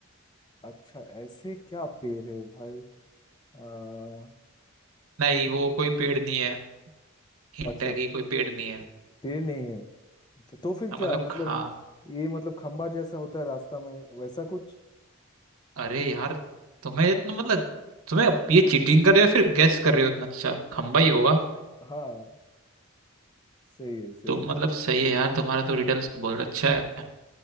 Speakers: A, on the left; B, on the right.
A: अच्छा ऐसे क्या पेड़ है भाई आ,
B: नहीं वो कोई पेड़ नहीं है हिंट
A: अच्छा
B: है कि कोई पेड़ नहीं है
A: पेड़ नहीं है अच्छा तो फिर
B: हाँ,
A: क्या
B: मतलब
A: मतलब
B: हाँ
A: ये मतलब खंबा जैसा होता है रास्ता में वैसा कुछ
B: अरे यार तुम्हें इतना मतलब तुम्हें अब ये चीटिंग कर रहे हो या फिर गेस कर रहे हो इतना अच्छा खंबा ही होगा
A: हाँ सही है सही
B: तो
A: है
B: मतलब सही है यार तुम्हारा तो रिडल्स बहुत अच्छा है